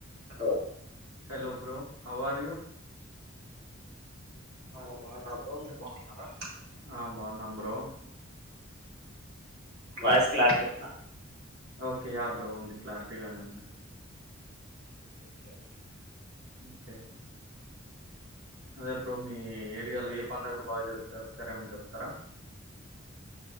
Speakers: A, on the right (about 50°); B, on the right (about 85°).
A: Hello
B: hello bro how are you
A: ఆ బాగున్నా bro మీరు బాగున్నారా
B: హా బాన్నాం బ్రో
A: వాయిస్ క్లారిటీ ఉందా
B: ఓకే యా బ్రో ఉంది క్లారిటీ గానే ఉంది
A: ఓకే ఓకే.
B: ఓకే అదే బ్రో మీ ఏరియాలో ఏ పండుగలు బాగా జరుగుతాయి ఒకసారి ఏమనా చెప్తరా.